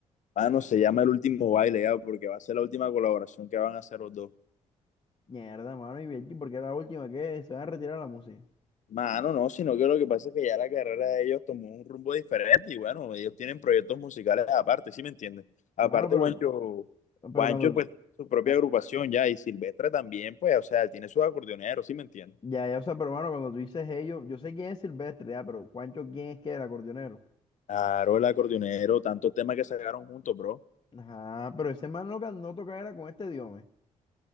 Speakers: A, on the left (about 60°); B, on the left (about 30°).
A: Mano, se llama el último baile ya, porque va a ser la última colaboración que van a hacer los dos.
B: Mierda, mano, y bien, porque es la última que se van a retirar la música.
A: Mano, no, sino que lo que pasa es que ya la carrera de ellos tomó un rumbo diferente y bueno, ellos tienen proyectos musicales aparte, ¿sí me entiendes? Aparte,
B: Mano, pero,
A: Juancho,
B: pero
A: Juancho
B: cuando,
A: pues tiene su propia
B: ah,
A: agrupación ya y Silvestre también, pues, o sea, tiene sus acordeoneros, ¿sí me entiendes?
B: ya, ya, o sea, pero, mano, cuando tú dices ellos, yo sé quién es Silvestre, ya, pero Juancho, ¿quién es que el acordeonero?
A: Claro, el acordeonero, tantos temas que sacaron juntos, bro.
B: Ajá, pero ese man no ganó tocar era con este diome.